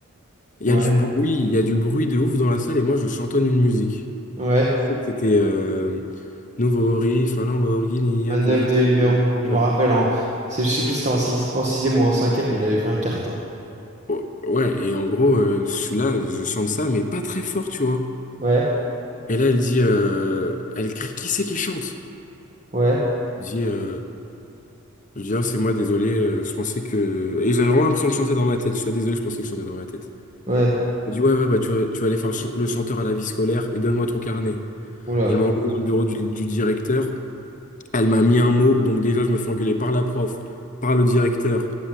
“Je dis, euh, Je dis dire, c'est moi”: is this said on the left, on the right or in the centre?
Left